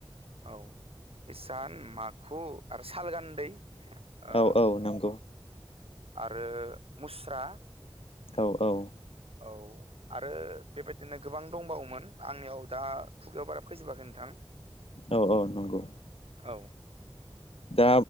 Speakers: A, on the right; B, on the left.
A: औ इसान माखु आरो सालगान्दै ओ
B: औ औ नंगौ
A: आरो मुस्रा
B: औ औ
A: औ आरो बेबायदिनो गोबां दंबावोमोन आंनियाव दा खुगायाव बारा फैजोबाखै नोंथां
B: औ औ नंगौ
A: औ
B: दा